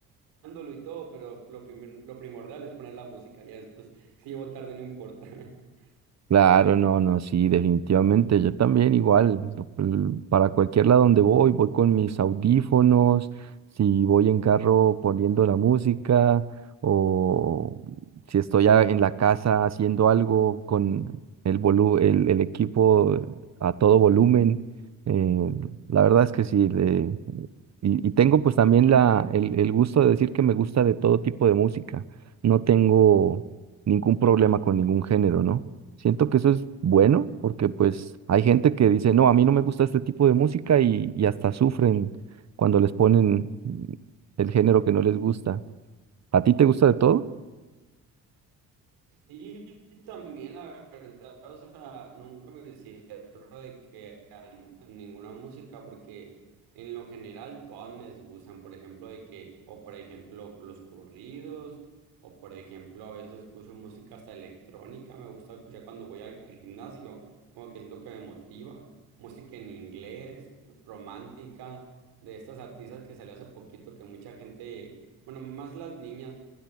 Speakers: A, on the right; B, on the right.
A: dándolo y todo, pero lo primer- lo primordial es poner la música, ya después, si llevo tarde, no importa. <laughs>
B: Claro, no, no, sí, definitivamente. Yo también igual, lo- l- para cualquier lado donde voy, voy con mis audífonos, si voy en carro poniendo la música o si estoy a- en la casa haciendo algo con el volu- el, el equipo a todo volumen. eh, la verdad es que sí, le- y, y tengo pues también la, el, el gusto de decir que me gusta de todo tipo de música. No tengo ningún problema con ningún género, ¿no? Siento que eso es bueno porque pues hay gente que dice, no, a mí no me gusta este tipo de música y, y hasta sufren cuando les ponen mm, el género que no les gusta. ¿A ti te gusta de todo?
A: Sí, también la verdad, o sea, nunca me cierro de que a, a ninguna música, porque en lo general todas me gustan, por ejemplo, de que, o por ejemplo, los corridos, o por ejemplo, a veces escucho música hasta electrónica, me gusta escuchar cuando voy al, al gimnasio, como que siento que me motiva, música en inglés, romántica, de estas artistas que salió hace poquito que mucha gente, bueno, más las niñas